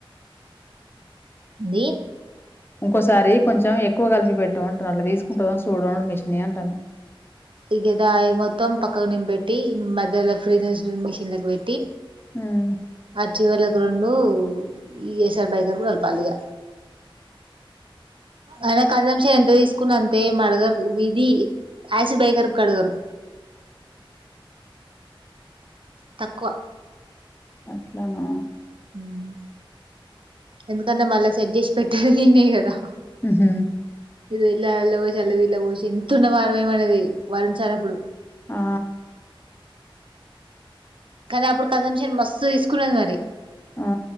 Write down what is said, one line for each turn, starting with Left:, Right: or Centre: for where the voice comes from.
Right: దీ
Left: ఇంకోసారి కొంచెం ఎక్కువ కలిపి పెట్టు అంటున్న అట్లా తీసుకుంటదో సూడు మిషిన్ అంటాన్న
Right: ఇగదాయి మొత్తం పక్కకు నిం పెట్టి మధ్యలో ఫ్రిజ్ మిషిన్ లకి పెట్టి
Left: ఉమ్
Right: అచ్చి వాళ్ల కు రెండు ఇ ఎస్ ఆర్ బై గర్బ్ కలపాలి ఇగ అయినా కంజంషన్ ఎంత తీసుకున్న అంతే మి అడగరు ఇది యాసిడ్ బై గర్బ్ అడగరు తక్కువ
Left: అట్ల నా
Right: మ్ ఎందుకన్నా మళ్ళ సెట్ చేసి పెట్టేది నేనే కదా
Left: మ్ హూ
Right: ఇది ఇల్లా అళ్ళ పోసి అళ్ళది ఇళ్ళ పోసి ఎంతున్న పారపోయమనేది వరుణ్ సార్ అప్పుడు
Left: అ
Right: కానీ అప్పుడు కంజంషన్ మస్తు తీసుకున్నది మరి
Left: ఆ